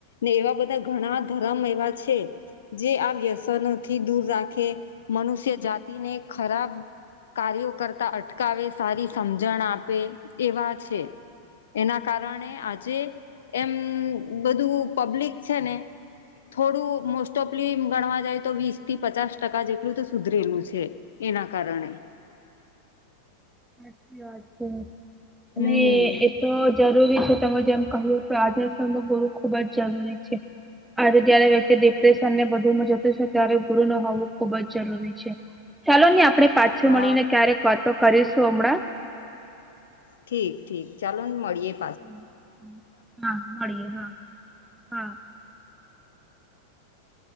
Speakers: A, on the left (about 60°); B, in the centre.
A: ને એવા બધા ઘણા ધર્મ એવા છે જે આ વ્યસનોથી દૂર રાખે, મનુષ્ય જાતિને ખરાબ કાર્યો કરતા અટકાવે, સારી સમજણ આપે એવા છે. એના કારણે આજે એમ બધું પબ્લિક છે ને થોડું મોસ્ટ ઓફલી ગણવા જાય તો વીસ થી પચાસ ટકા જેટલું તો સુધરેલું છે એના કારણે.
B: સાચી વાત છે અને
A: હમ
B: એ તો જરૂરી છે તમે જેમ કહ્યું તો આજના સમયમાં ગુરુ ખુબ જ જરૂરી છે. આજે જય્યારે વ્યક્તિ ડિપ્રેશન ને બધુંમાં જતું છે ત્યારે ગુર ન હોવું ખુબ જ જરૂરી છે. ચાલો ને આપણે પાછું
A: હા
B: મળીને ક્યારેક વાતો કરીશું હમણાં.
A: ઠીક. ઠીક. ચાલો ને મળીએે.
B: હ હ. હા, મળીએ. હા. હા.